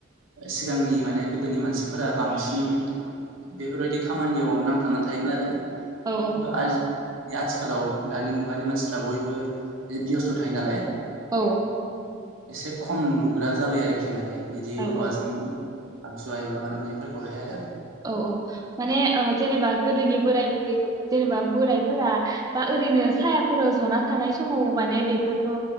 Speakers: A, on the right; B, on the right.
A: सिगांनि माने गोदोनि मानसिफोरा बांसिन बेफोरबायदि खामानियाव नांथाबनानै थायोमोन आरो। खिनथु
B: औ
A: आजि <unintelligible> आथिखालाव दानि मुगानि मानसिफ्रा बयबो बेस्थ' थायो नालाय।
B: औ।
A: एसे खम नुग्रा जाबाय आरोखि माने। बिदि
B: औ
A: औवाजों
B: औ
A: आगजु आयला बानायनायफोरखौहाय आरो।
B: औ औ माने जेनेबा गोदोनि बोराय बुरै जेनेबा बोरायफोरा बा ओरैनो सायाफोराव जना थानाय समाव माने बेफोरखौ